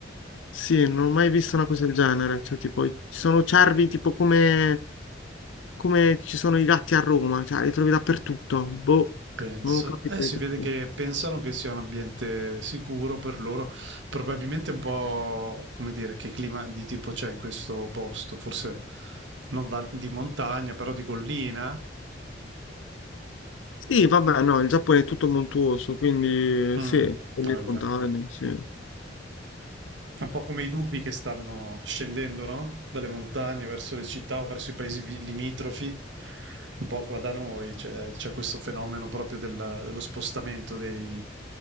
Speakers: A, on the left; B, on the right.
A: Sì, non ho mai visto una cosa del genere. Cioè, tipo, ci sono cervi tipo come, come ci sono i gatti a Roma, cioè li trovi dappertutto. Boh,
B: Penso.
A: non ho capito
B: Eh, si
A: il perché.
B: vede che pensano che sia un ambiente sicuro per loro. Probabilmente un po', come dire, che clima di tipo c'è in questo posto. Forse non da- di montagna, però di collina.
A: Sì, vabbè, no, il Giappone è tutto montuoso, quindi
B: Mm,
A: sì, con
B: vabbè.
A: le montagne, sì.
B: È un po' come i lupi che stanno scendendo, no? Dalle montagne verso le città o verso i paesi vi- limitrofi. Un po' qua da noi c'è c'è questo fenomeno proprio della- dello spostamento dei-